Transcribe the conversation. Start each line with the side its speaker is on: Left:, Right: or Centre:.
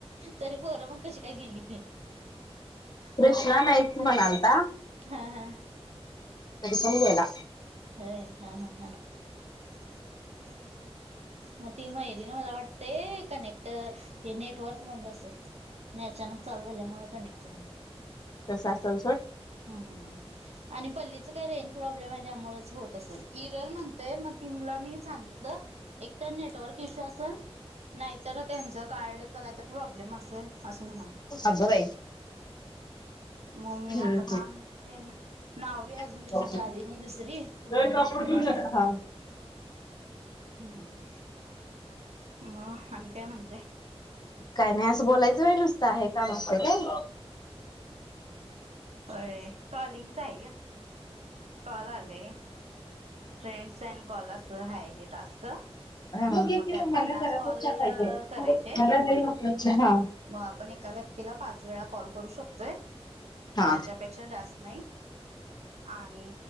Right: तरी पोर मग कशी काय गेली.
Left: कृष्णा
Right: बाबा आलत
Left: नाहीच
Right: म्हणूनच
Left: म्हणालता
Right: <unintelligible> हा हा
Left: तरी पण गेला.
Right: होय, हा हा हा मग ती मैरी ना मला वाटते कनेक्ट हे नेटवर्क बंद असे. नाही अचानक चालू झाल्यामुळे कनेक्ट झाले.
Left: तसं असेल सोड
Right: हम. आणि पल्लीचं काय रेंज प्रॉब्लेम आहे त्यामुळेच होत असेल इरर म्हणतय मग तिमला मी सांगितलं एक तर नेटवर्क इश्यू असल नाहीतर त्यांचं कार्डच नाहीत प्रॉब्लेम असेल असं म्हणा
Left: अग बाई
Right: मम्मी
Left: हम्म
Right: ह तर काम देन नावी अजून
Left: हम्म
Right: लिस्ट आली नाही दुसरी तुम्हाला
Left: हा
Right: बघतो पाठवतो हम्म मग आणि काय म्हणताय
Left: काय नाही असं बोलायचं व्हय नुसता हे काम असतय काय
Right: होय कॉलिंगचा आहे ग कॉल आले फ्रेंड्स अँड कॉलस आहे हे टास्क
Left: हा तू घे की
Right: त्यात
Left: मग मला
Right: पन्नास
Left: जरासच
Right: कॉल
Left: चहा पाहिजे
Right: करायचे आहेत
Left: मला लय नकोय चहा हा
Right: मग आपण एका व्यक्तीला पाच वेळा कॉल करू शकतोय
Left: हा
Right: त्याच्यापेक्षा जास्त नाही आणि